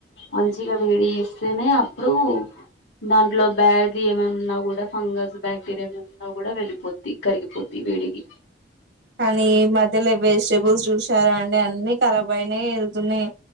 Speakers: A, on the left; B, on the right.
A: మంచిగా వేడి చేస్తేనే అప్పుడు దాంట్లో బ్యాటరీ ఏమన్నా కూడా ఫంగస్ బ్యాక్టీరియా ఏం నా కూడా వెళ్ళిపోది కరిగిపోది వేడికి
B: కానీ ఈ మధ్యల వెజిటేబుల్స్ చూసారా అండి అన్ని కరాబ్ అయినా వెళ్తున్నాయి